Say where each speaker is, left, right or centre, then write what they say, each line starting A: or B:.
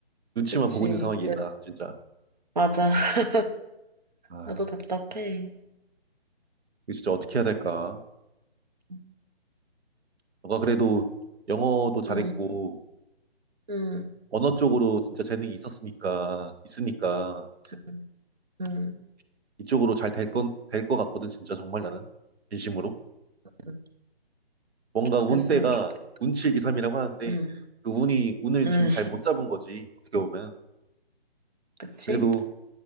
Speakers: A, on the right; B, on the right.
A: 눈치만
B: 그치.
A: 보고 있는 상황이 있다
B: 네.
A: 진짜.
B: 맞아. <laughs>
A: 아,
B: 나도 답답해.
A: 이거 진짜 어떻게 해야 될까?
B: 음,
A: 너가 그래도 영어도 잘했고,
B: 음, 음,
A: 언어 쪽으로 진짜 재능이 있었으니까, 있으니까,
B: 음. 음.
A: 이쪽으로 잘 될 건, 될 것 같거든, 진짜 정말 나는. 진심으로.
B: 음.
A: 뭔가
B: 그랬으면
A: 운때가
B: 좋겠다.
A: 운칠기삼이라고 하는데,
B: 음,
A: 그 운이, 운을
B: 음,
A: 지금 잘 못 잡은 거지, 어떻게 보면.
B: 그치?
A: 그래도